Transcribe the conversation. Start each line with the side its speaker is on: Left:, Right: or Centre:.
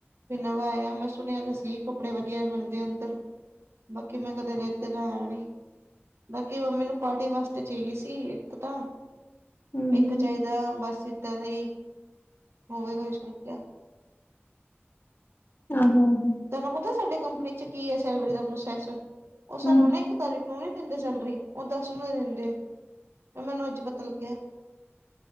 Right: ਵੀ ਨਵਾਂ ਆਇਆ, ਮੈਂ ਸੁਣਿਆ ਤਾਂ ਸੀ ਕੱਪੜੇ ਵਧੀਆ ਮਿਲਦੇ ਅੰਦਰ ਬਾਕੀ ਮੈਂ ਕਦੇ ਲੇਤੇ ਤਾਂ ਹੈ ਨੀ ਬਾਕੀ ਮੰਮੀ ਨੂੰ ਪਾਰਟੀ ਵਾਸਤੇ ਚਾਹੀਏ ਸੀ, ਇੱਕ ਤਾਂ-
Left: ਹਮ
Right: ਇੱਕ
Left: ਹਮ
Right: ਚਾਹੀਦਾ, ਬੱਸ ਏਦਾਂ ਦਾ, ਹੋਵੇ ਕੋਈ ਸੂਟ ਜਿਹਾ
Left: ਆਹੋੋ, ਆਹੋ
Right: ਤੁਹਾਨੂੰ ਪਤਾ ਸਾਡੇ ਕੰਪਨੀ 'ਚ ਕੀ ਹੈ ਸੈਲਰੀ ਦਾ ਪ੍ਰੋਸੈਸ, ਉਹ ਸਾਨੂੰ
Left: ਹਮ
Right: ਨਾ ਇੱਕ ਤਾਰੀਕ ਨੂੰ ਨਹੀਂ ਦਿੰਦੇ ਸੈਲਰੀ, ਉਹ ਦਸ ਨੂੰ ਦਿੰਦੇ, ਮੈਨੂੰ ਅੱਜ ਪਤਾ ਲੱਗਿਆ